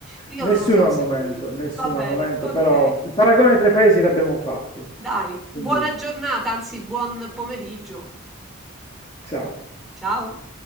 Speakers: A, in the centre; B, on the left (about 25°).
A: Io
B: Nessuno
A: non lo so
B: al
A: se
B: momento,
A: me li ricordo.
B: nessuno
A: Va bene,
B: al momento,
A: ok.
B: però il paragone tra i paesi l'abbiamo fatto.
A: Dai, buona
B: Quindi,
A: giornata, anzi buon pomeriggio.
B: ciao.
A: Ciao.